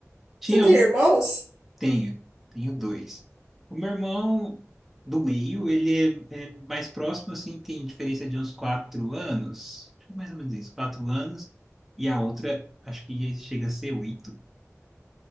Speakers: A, in the centre; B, on the right.
A: Tinha
B: Você tem
A: um?
B: irmãos?
A: Tenho, tenho dois. O meu irmão do meio, ele é, é mais próximo, assim, tem diferença de uns quatro anos, acho que mais ou menos isso, quatro anos, e a outra, acho que chega a ser oito.